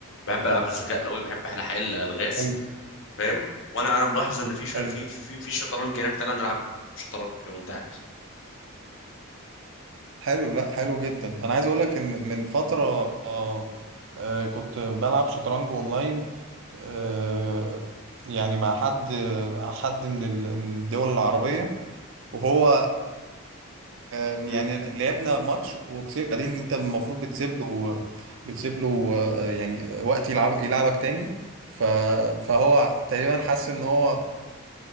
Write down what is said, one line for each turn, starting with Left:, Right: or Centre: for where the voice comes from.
Left: بحب العاب الذكاء قوي بحب احلى حل الغاز
Right: حلو
Left: فاهم وانا انا ملاحظ ان في ش...
Right: حلو
Left: في في في شطرنج هناك تعالى نلعب شطرنج لو انت عاوز
Right: حلو لا حلو جدا انا عايز اقول لك ان من فتره آه، آه، كنت بلعب شطرنج اونلاين آه، يعني مع حد مع حد من ال- من الدول العربيه وهو آه، يعني
Left: مم.
Right: لعبنا ماتش وكسبت بعدين انت المفروض بتسيب له بتسيب له آه، يعني وقت يلعب يلعبك تاني ف- فهو تقريبا حس ان هو